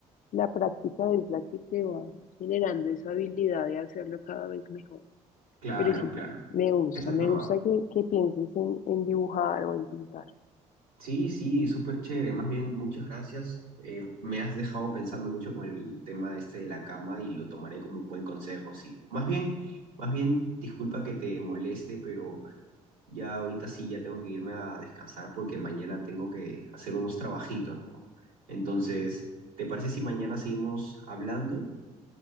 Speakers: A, on the left; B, on the right.
A: la práctica es la que te va generando esa habilidad de hacerlo cada vez mejor.
B: Claro,
A: Pero sí,
B: claro.
A: me, me gusta,
B: Eso es
A: me
B: verdad.
A: gusta que, que pienses en, en dibujar o en pintar.
B: Sí, sí, súper chévere. Más bien, muchas gracias. Eh, me has dejado pensando mucho con el tema este de la cama y lo tomaré como un buen consejo, sí. Más bien, más bien, disculpa que te moleste, pero ya ahorita sí, ya tengo que irme a descansar porque mañana tengo que hacer unos trabajitos, ¿no? Entonces, ¿te parece si mañana seguimos hablando?